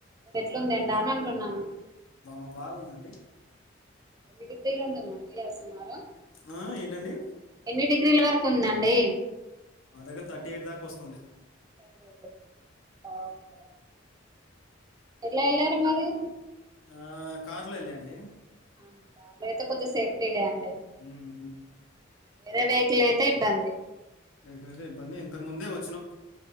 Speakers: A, on the right; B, on the left.
A: ఎట్లుంది ఎండ అని అంటున్నాను
B: వామ్మో బాగుందండి
A: ఎన్ని డిగ్రీలు ఉంటుందండి సుమారు
B: ఆ! ఏంటండి?
A: ఎన్ని డిగ్రీల వరకు ఉందండి
B: మా దగ్గర థర్టీ ఎయిట్ దాకా వస్తుంది
A: ఓకే ఓకే ఎలా వెళ్లారు మరి
B: ఆ కారులో వెళ్ళండి
A: ఆ, కార్లో అయితే కొంచెం సేఫ్టీ లే అండి
B: హ్మ మ్మ్
A: వేరే వెహికల్ అయితే ఇబ్బంది
B: ఎం లే ఇబ్బంది ఇంతకు ముందే వచ్చినం